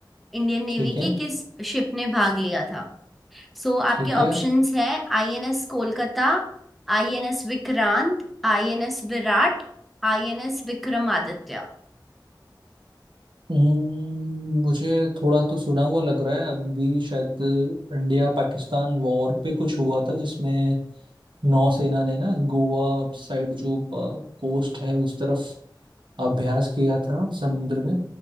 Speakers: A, in the centre; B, on the right.
A: इंडियन नेवी
B: ठीक
A: की
B: है
A: किस शिप ने भाग लिया था सो
B: ठीक
A: आपके ऑप्शंस
B: है
A: है INS Kolkata INS Vikrant INS Virat INS Vikramaditya
B: हम्म, मुझे थोड़ा तो सुना हुआ लग रहा है अभी शायद इंडिया पाकिस्तान वॉर पे कुछ हुआ था जिसमें नौसेना ने ना गोवा साइड जो कोस्ट है उस तरफ अभ्यास किया था समुद्र में